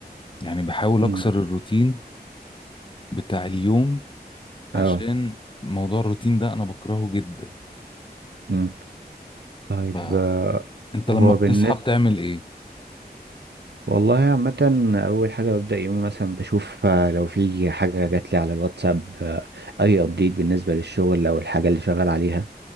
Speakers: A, on the left; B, on the right.
A: يعني بحاول
B: مم.
A: اكسر الروتين بتاع اليوم عشان
B: اه
A: موضوع الروتين ده انا بكرهه جدا
B: مم. طيب
A: فانت
B: آه،
A: لما
B: هو
A: بتصحى
B: بالنسبة
A: بتعمل ايه
B: والله عامة أول حاجة ببدأ يومي مثلا بشوف آه، لو في حاجة جات لي على الواتساب آه، أي أبديت بالنسبة للشغل أو الحاجة اللي شغال عليها